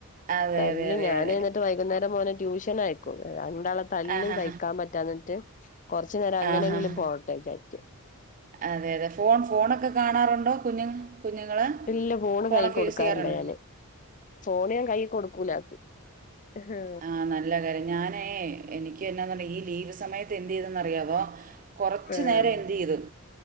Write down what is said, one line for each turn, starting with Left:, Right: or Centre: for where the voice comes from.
Right: അതെ
Left: തല്ല്
Right: അതെ അതെ
Left: ഞാനാണെ
Right: അതെ
Left: ട്ട് വൈകുന്നേരം മോനെ ട്യൂഷൻ ആയക്കും രണ്ടാളെ തല്ലും
Right: ആഹാ
Left: സഹിക്കാൻ പറ്റാഞ്ഞിട്ട്. കൊറ്ച്ചു നേരം അങ്ങനെങ്കിലും
Right: ആഹാ
Left: പോട്ടെ വിചാരിച്ചു.
Right: അതെ അതെ ഫോൺ ഫോണൊക്കെ കാണാറൊണ്ടോ കുഞ്ഞു കുഞ്ഞുങ്ങള്
Left: ഇല്ല ഫോണ്
Right: ഫോണൊക്കെ
Left: കൈ കൊടുക്കാറില്ല
Right: യൂസ് ചെയ്യാറുണ്ടോ
Left: ഞാന് ഫോണ് ഞാൻ കയ്യി കൊടുക്കൂലാ ഹാ
Right: ആ നല്ല കാര്യ ഞാനേ എനിക്കെന്നാന്നറി ഈ ലീവ് സമയത്ത് എന്ത് ചെയ്തെന്ന് അറിയാവോ കൊറച്ചു
Left: ആഹ്
Right: നേരം എന്ത് ചെയ്തു